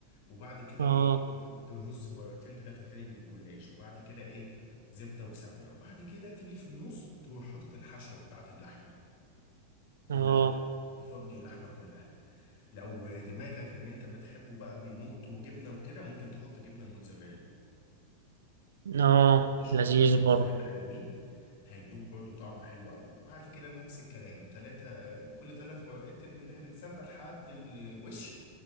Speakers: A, on the left (about 50°); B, on the right (about 65°).
A: وبعد كده
B: اه
A: ايه ترص ورقتين تلاتة تاني من الجلاش وبعد كده ايه زبدة وسمنة وبعد كده تيجي في النص تروح حاطط الحشوة بتاعت اللحمة كلها
B: اه
A: تفضي اللحمة كلها لو دماغك ان انت بتحبه بقى بيمط وجبنة وكده ممكن تحط جبنة موتزاريلا
B: اه
A: حط شويه
B: لذيذ
A: جبنه موتزاريلا
B: برضو
A: حلوين هيدوك برضو طعمه حلو قوي وبعد كده نفس الكلام تلاتة كل تلات ورقات تدهن سمنه لحد ال- الوش